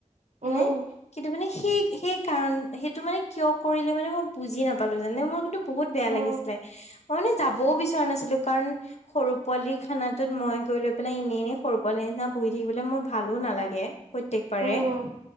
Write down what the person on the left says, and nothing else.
হয়নে,
কিন্তু মানে সেই সেই কাৰণ সেইটো মানে কিয় কৰিলে মানে মই বুজিয়ে নাপালো জানানে মোৰ কিন্তু বহুত বেয়া
লাগিছিলে, মই মানে যাবও বিচৰা নাছিলো কাৰণ সৰু পোৱালি খানাটোত মই গৈ লৈ পেলাই ইনে ইনে সৰু পোৱালি নিচিনা বহি থাকিবলৈ মোৰ ভালো নালাগে প্ৰত্যেকবাৰে।